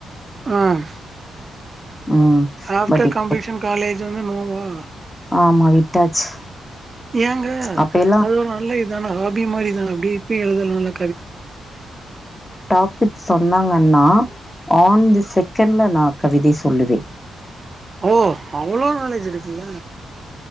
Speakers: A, on the right; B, on the left.
A: ம்
B: ம்
A: ஆப்டர்
B: பட் இப்ப
A: கம்பீஷன் காலேஜ் வந்து நோவா.
B: ஆமா விட்டாச்சு.
A: ஏங்க
B: அப்ப எல்லாம்
A: அது ஒரு நல்ல இதான ஹாபி மாரிதான பீபி எழுதலாம் இல்ல.
B: <inaudible> டாபிக் சொன்னா உங்க அண்ணா ஆன் தி செகண்ட்ல நா கவிதை சொல்லுவேன்.
A: ஓ அவ்ளோ நாலேஜ் இருக்குல்ல.